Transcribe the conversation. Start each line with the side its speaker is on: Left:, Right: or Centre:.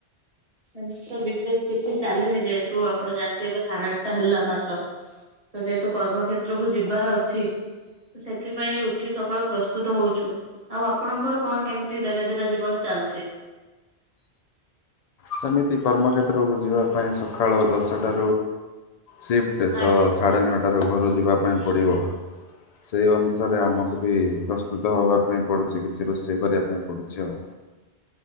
Right: ଏମିତ୍ର ବିଶେଷ କିଛି ଚାଲିନି ଯେହେତୁ ଆପଣ ଜାଣିଥିବେ ଏବେ ସାଢେ ଆଠଟା ହେଲା ମାତ୍ର ତ ଯେହେତୁ କମ୍ରକ୍ଷେତ୍ର କୁ ଯିବାର ଅଛି। ସେଥିପାଇଁ ଉଠି ସକାଳୁ ପ୍ରସ୍ତୁତ ହଉଛୁ। ଆଉ ଆପଣଙ୍କର କଣ କେମିତି ଦୈନନ୍ଦିନ ଜୀବନ ଚାଲିଛି?
Left: ସେମିତି କର୍ମକ୍ଷେତ୍ରକୁ ଯିବା ପାଇଁ ସକାଳୁ ଦଶଟା ସିଫ୍ଟି
Right: ଆଜ୍ଞା
Left: ଦ ସାଢ଼େ ନଅଟାରୁ ଘରୁ ଯିବା ପାଇଁ ପଡିବ। ସେଇ ଅନୁସାରେ ଆମକୁ ବି ପ୍ରସ୍ତୁତ ହବା ପାଇଁ ପଡୁଛି କିଛି ରୋଷେଇ କରିବା ପାଇଁ ପଡୁଛି ଆଉ।